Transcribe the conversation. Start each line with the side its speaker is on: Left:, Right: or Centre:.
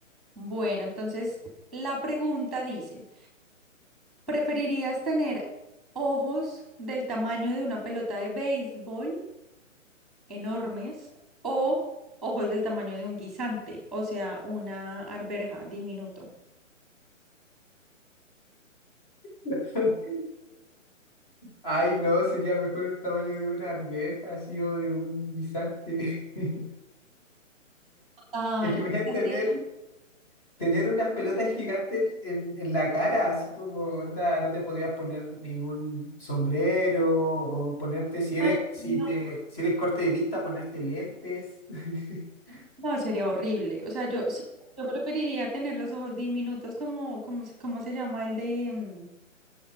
Centre: Bueno, entonces la pregunta dice... ¿Preferirías tener ojos del tamaño de una pelota de béisbol, enormes, o ojos del tamaño de un guisante, o sea, una arveja, diminuto?
Left: <laughs> Ay, no, sería mejor el tamaño de una alberja, así o de un guisante. <laughs>
Centre: Ah,
Left: Es que
Centre: no.
Left: imagínate
Centre: Ojos
Left: tener
Centre: del-
Left: Tener unas pelotas gigantes en, en la cara, así como, onda, no te podrías poner ningún sombrero o ponerte, si eres,
Centre: Ay,
Left: si
Centre: no.
Left: te, si eres corte de vista, ponerte lentes. <laughs>
Centre: No, sería horrible. O sea, yo, sí, yo preferiría tener los ojos diminutos como, como, se- ¿cómo se llama el de, mm,